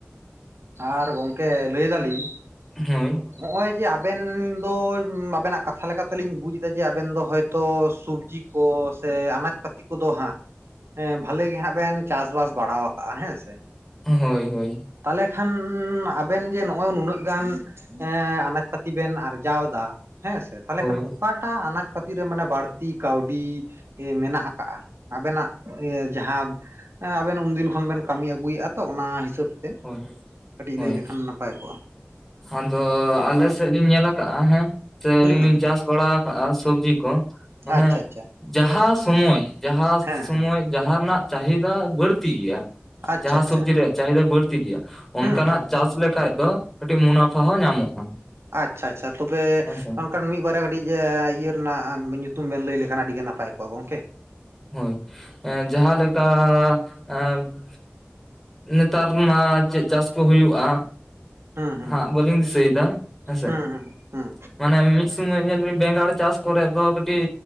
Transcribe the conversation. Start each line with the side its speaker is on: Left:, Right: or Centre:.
Right: ᱟᱨ ᱜᱚᱝᱠᱮ ᱞᱟᱹᱭ ᱫᱟᱞᱤᱧ
Centre: ᱦᱳᱭ᱾
Right: ᱦᱚᱸᱜᱼᱚᱭ ᱡᱮ ᱟᱵᱮᱱ ᱫᱚ ᱟᱵᱮᱱᱟᱜ ᱠᱟᱛᱷᱟ ᱛᱮᱞᱤᱧ ᱵᱩᱡ ᱮᱫᱟ ᱡᱮ ᱟᱵᱮᱱ ᱫᱚ ᱦᱳᱭ ᱛᱚ ᱥᱚᱵᱡᱤ ᱠᱚ ᱥᱮ ᱟᱱᱟᱡᱽ ᱯᱟᱹᱛᱤ ᱠᱚᱫᱚ ᱦᱟᱸᱜ
Centre: <unintelligible>
Right: ᱦᱮᱸ ᱵᱷᱟᱞᱤ ᱜᱮ ᱦᱟᱸᱜ ᱵᱮᱱ ᱪᱟᱥᱵᱟᱥ ᱵᱟᱲᱟ ᱠᱟᱜᱼᱟ ᱦᱮᱸ ᱥᱮ?
Centre: ᱦᱳᱭ ᱦᱳᱭ᱾
Right: ᱛᱟᱦᱞᱮ ᱠᱷᱟᱱ ᱟᱵᱮᱱ ᱡᱮ ᱱᱚᱜ-ᱚᱭ ᱱᱩᱱᱟᱹᱜ ᱜᱟᱱ ᱮᱸᱻ ᱟᱱᱟᱡᱽ ᱯᱟᱹᱛᱤ ᱵᱮᱱ ᱟᱨᱡᱟᱣ ᱮᱫᱟ ᱦᱮᱸ ᱥᱮ, ᱛᱟᱦᱞᱮ
Centre: ᱦᱳᱭ
Right: ᱠᱷᱟᱱ ᱚᱠᱟ ᱮᱴᱚᱠᱟ ᱟᱱᱟᱡᱽ ᱯᱟᱟᱹᱛᱤ ᱨᱮ ᱢᱟᱱᱮ ᱵᱟᱹᱲᱛᱤ ᱠᱟᱹᱣᱰᱤ ᱢᱮᱱᱟᱜ ᱟᱠᱟᱜᱼᱟ ᱟᱵᱮᱱᱟᱜ ᱤᱭᱟᱹ ᱡᱟᱦᱟᱸ ᱮᱸ, ᱟᱵᱮᱱ ᱩᱱᱫᱤᱱ ᱠᱷᱚᱱ ᱵᱮᱱ ᱠᱟᱹᱢᱤ ᱟᱹᱜᱩᱭᱮᱜ-ᱟ ᱛᱚ ᱚᱱᱟ ᱦᱤᱥᱟᱹᱵ ᱛᱮ
Centre: ᱦᱳᱭ
Right: ᱠᱟᱹᱴᱤᱡ
Centre: ᱦᱳᱭ
Right: ᱞᱟᱹᱭ ᱞᱮᱠᱷᱟᱱ ᱱᱟ ᱯᱟᱭ ᱠᱚᱜ-ᱟ᱾
Centre: ᱟᱫᱚ ᱟᱞᱮ ᱥᱮᱫ ᱞᱤᱧ ᱧᱮᱞ ᱟᱠᱟᱜᱼᱟ ᱦᱮᱸ ᱥᱮ
Right: ᱦᱩᱸ
Centre: ᱟᱹᱞᱤᱧ ᱞᱤᱧ
Right: ᱦᱩᱸ
Centre: ᱪᱟᱥ ᱵᱟᱲᱟ ᱟᱠᱟᱜᱼᱟ ᱥᱚᱵᱽᱡᱤ ᱠᱚ ᱢᱟᱱᱮ
Right: ᱟᱪᱪᱷᱟ ᱟᱪᱪᱷᱟ
Centre: ᱡᱟᱦᱟᱸ ᱥᱚᱢᱚᱭ ᱡᱟᱦᱟᱸ
Right: ᱦᱮᱸ
Centre: ᱥᱚᱢᱚᱭ
Right: ᱦᱮᱸ
Centre: ᱡᱟᱦᱟᱸ ᱨᱮᱱᱟᱜ ᱪᱟᱦᱤᱫᱟ ᱵᱟᱹᱲᱛᱤ ᱜᱮᱭᱟ
Right: ᱟᱪᱪᱷᱟ
Centre: ᱡᱟᱦᱟᱸ
Right: ᱟᱪᱪᱷᱟ
Centre: ᱥᱚᱵᱡᱤ ᱨᱮᱭᱟᱜ ᱪᱟᱦᱤᱫᱟ ᱵᱟᱹᱲᱛᱤ ᱜᱮᱭᱟ ᱚᱱᱠᱟᱱᱟᱜ
Right: ᱦᱩᱸ ᱦᱩᱸ ᱦᱩᱸ
Centre: ᱪᱟᱥ ᱞᱮᱠᱷᱟᱡ ᱫᱚ ᱠᱟᱹᱴᱤᱡ ᱢᱩᱱᱟᱯᱷᱟ ᱦᱚᱸ ᱧᱟᱢᱚᱜᱼᱟ᱾
Right: ᱟᱪᱪᱷᱟ ᱟᱪᱪᱷᱟ, ᱛᱚᱵᱮ
Centre: ᱦᱮᱸᱥᱮ
Right: ᱚᱝᱠᱟ ᱢᱤᱫ ᱵᱟᱨᱭᱟ ᱠᱟᱹᱴᱤᱡ ᱮᱸᱻ ᱤᱭᱟᱹ ᱨᱮᱱᱟᱜ ᱧᱩᱛᱩᱢ ᱵᱮᱱ ᱞᱟᱹᱭ ᱞᱮᱠᱷᱟᱱ ᱟᱹᱰᱤ ᱜᱮ ᱱᱟᱯᱟᱭ ᱠᱚᱜᱼᱟ ᱜᱚᱝᱠᱮ᱾
Centre: ᱦᱳᱭ ᱮᱸ ᱡᱟᱦᱟᱸᱞᱮᱠᱟ ᱮᱸᱻ ᱱᱮᱛᱟᱨ ᱢᱟ ᱪᱮᱜ ᱪᱟᱥ ᱠᱚ ᱦᱩᱭᱩᱜᱼᱟ
Right: ᱦᱩᱸ ᱦᱩᱸ
Centre: ᱦᱟᱸᱜ
Right: ᱦᱩᱸ
Centre: ᱵᱟᱞᱤᱧ ᱫᱤᱥᱤᱭᱫᱟ ᱦᱮᱸᱥᱮ
Right: ᱦᱩᱸ ᱦᱩᱸ ᱦᱩᱸ
Centre: ᱢᱟᱱᱮ ᱢᱤᱫ ᱥᱩᱢᱚᱭ ᱧᱮᱞ ᱵᱤᱱ ᱵᱮᱸᱜᱟᱲ ᱪᱟᱥ ᱠᱚᱨᱮ ᱫᱚ ᱠᱟᱹᱴᱤᱡ